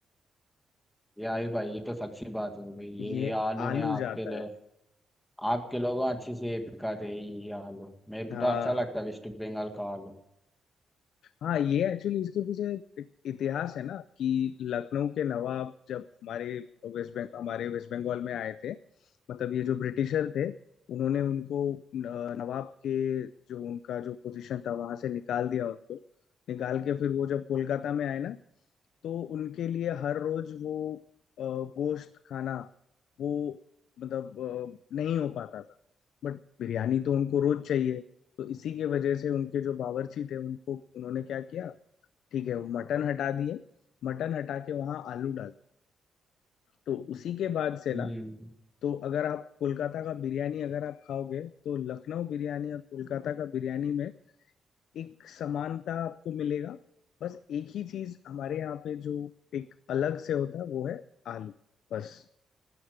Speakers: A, in the centre; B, on the left.
A: यार भाई ये तो सच्ची बात हो गई यही
B: ये
A: आलू
B: आलू
A: ने आपके
B: जाता
A: ल-
B: है
A: आपके लोगों अच्छे से पिकाते हैं यही आलू मेरे को
B: हाँ
A: तो अच्छा लगता है वेस्ट बंगाल का आलू
B: हाँ ये एक्चुअली इसके पीछे एक इतिहास है ना कि लखनऊ के नवाब जब हमारे वेस्ट बंग हमारे वेस्ट बंगाल में आए थे मतलब ये जो ब्रिटिशर थे उन्होंने उनको अ, नवाब के जो उनका जो पोजीशन था वहां से निकाल दिया उनको निकाल के फिर वो जब कोलकाता में आए ना तो उनके लिए हर रोज वो अ, गोश्त खाना वो मतलब अ, नहीं हो पाता था बट बिरयानी तो उनको रोज चाहिए तो इसी के वजह से उनके जो बावर्ची थे उनको उन्होंने क्या किया ठीक है वो मटन हटा दिए मटन हटा के वहां आलू डाल दिए तो उसी के बाद से
A: हम्म
B: ना तो अगर आप कोलकाता का बिरयानी अगर आप खाओगे तो लखनऊ बिरयानी और कोलकाता का बिरयानी में एक समानता आपको मिलेगा बस एक ही चीज हमारे यहाँ पे जो एक अलग से होता है वो है आलू बस